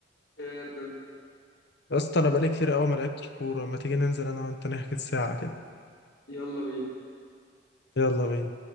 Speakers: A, on the left; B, on the left.
A: إيه ده؟
B: يا اسطى انا بقالي كتير قوي ما لعبتش كوره ما تيجي ننزل انا وانت نحكي ساعه كده
A: يلا بينا
B: يلا بينا